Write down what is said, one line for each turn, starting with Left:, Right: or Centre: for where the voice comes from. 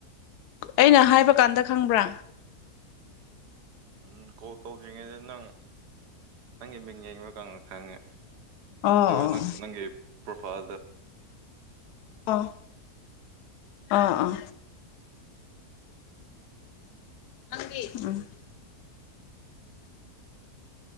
Left: ꯑꯩꯅ ꯍꯥꯏꯕ ꯀꯥꯟꯗ ꯈꯪꯕ꯭ꯔꯥ
Right: ꯎꯝ ꯀꯣꯜ ꯇꯧꯗ꯭ꯔꯤꯉꯩꯗ ꯅꯪ ꯅꯪꯒꯤ ꯃꯤꯡ ꯌꯦꯡꯕꯀꯗ ꯈꯪꯉꯦ
Left: ꯑꯣ
Right: ꯑꯗꯨꯒ ꯅꯪ ꯅꯪꯒꯤ ꯄ꯭ꯔꯣꯐꯥꯏꯜꯗ
Left: ꯑꯥ ꯑꯥ ꯑꯥ <unintelligible>